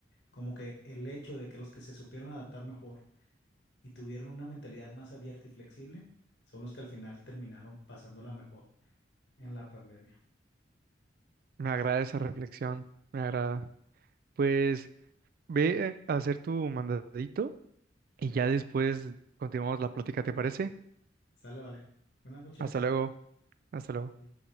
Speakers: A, on the left (about 65°); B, on the right (about 50°).
A: como que el hecho de que los que se supieron adaptar mejor y tuvieron una mentalidad más abierta y flexible, son los que al final terminaron pasándola mejor en la pandemia.
B: Me agrada esa reflexión, me agrada. Pues ve eh, a hacer tu mandadito y ya después continuamos la plática, ¿te parece?
A: Sale, vale. Buenas noches.
B: Hasta luego, hasta luego.
A: Bye.